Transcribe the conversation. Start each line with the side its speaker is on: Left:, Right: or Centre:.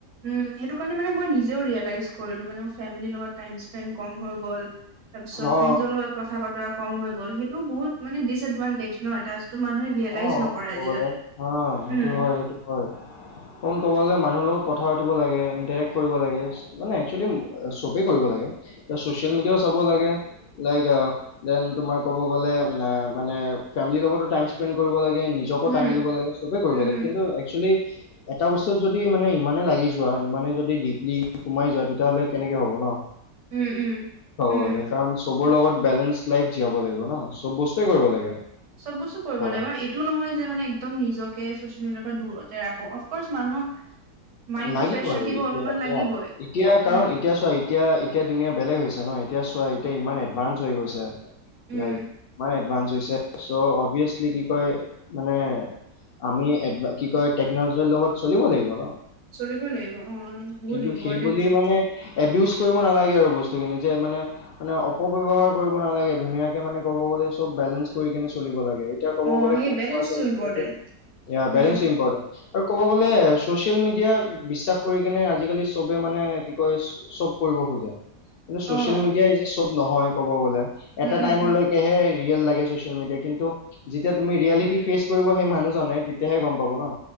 Right: উম, সেইটো কাৰণে মই নিজে ৰেলাইচ কৰিলো মানে মোৰ ফেমেলি লগত টাইমচ স্পেণ্ড কম হৈ গ'ল তাৰপিছত
Left: অ
Right: ফ্ৰেণ্ডছৰ লগত কথা-বতৰা কম হৈ গ'ল সেইটো বহুত মানে ডিচএডভানটেজ ন এটা যিটো মানুহে ৰিয়েলাইজ
Left: অ,
Right: নকৰে
Left: ক'ব
Right: আজিকালি
Left: গ'লে হ সেইটো
Right: উম
Left: হয়-সেইটো হয়। ক'ব গ'লে মানুহৰ লগত কথা পাতিব লাগে ইন্টাৰেক্ট কৰিব লাগে। মানে একচুৱেলি এ চবেই কৰিব লাগে এ চচিয়েল মিডিয়াও চাব লাগে। লাইক আহ দেন তোমাৰ ক'ব গলে মা মানে ফেমলিৰ লগতো টাইমচ স্পেড কৰিব লাগে নিজকো
Right: উম
Left: টাইম দিব লাগে সবেই কৰিব
Right: উম
Left: লাগে।
Right: উম
Left: কিন্তু একচুৱেলি এটা বস্তুত যদি মানে ইমানে লাগি যোৱা। ইমানে যদি ডিপলি সোমাই যোৱা। তেতিয়াহ'লে কেনেকে হ'ব ন।
Right: উম উম
Left: হ'ব
Right: উম
Left: গলে কাৰণ চবৰ লগত বেলেঞ্চ লাইফ জীয়াব লাগিব ন চব বস্তুৱেই কৰিব লাগে।
Right: চব বস্তু কৰিব
Left: কৰাত
Right: লাগে বু এইটো নহয় যে মানে একদম নিজকে ছচিয়েল মডিয়াৰ পৰা দূৰত ৰাখো অফকৰ্চ মানুহক মাইণ্ডটো
Left: লাগিব
Right: ফ্ৰেছ ৰাখিব
Left: এতিয়া-এতিয়া-এতিয়া
Right: অলপমান লাগিবই উম
Left: কাৰণ এতিয়া চোৱা এতিয়া-এতিয়া ধুনীয়া বেলেগ হৈছে ন। এতিয়া চোৱা এতিয়া ইমান এডভানঞ্চ হৈ গৈছে
Right: উম
Left: লাইক ইমান এডভানস হৈছে। চ' অভিয়াচলি কি কয়, মানে আমি কি কয়, টেকনলজিৰ লগত চলিব লাগিব ন।
Right: চলিব লাগিব অ, বহুত
Left: কিন্তু
Right: ইম্পৰ্টেণ্ট
Left: সেইবুলি
Right: ন।
Left: মানে এবিউজ কৰিব নালাগে আৰু বস্তুখিনি যে মানে মানে অপব্যয়ৱহাৰ কৰিব নালাগে ধুনীয়াকে মানে ক'ব গ'লে চব বেলেঞ্চ কৰি কেনে চলিব লাগে। এতিয়া ক'ব
Right: অ
Left: গ'লে
Right: সেই
Left: সৰু
Right: বেলেঞ্চটো
Left: ল'ৰা-ছোৱালী
Right: important
Left: বিলাকে
Right: um
Left: balance
Right: um
Left: important. ক'ব গ'লে ছ'চিয়েল মিডিয়াক বিশ্বাস কৰি কিনে আজিকালি চবে মানে কি কয় চব কৰিব খোজে কিন্তু চচিয়েল
Right: অ',
Left: মিডিয়াই যে চব নহয় ক'ব গলে
Right: উম,
Left: এটা
Right: উম,
Left: টাইমলৈ
Right: উম,
Left: সেইহে ৰিয়েল লাগে চ'চিয়েল মিডিয়া, কিন্তু যেতিয়া তুমি ৰিয়েলিটি ফেচ কৰিব সেই মানুহজনে তেতিয়াহে গম পাব ন।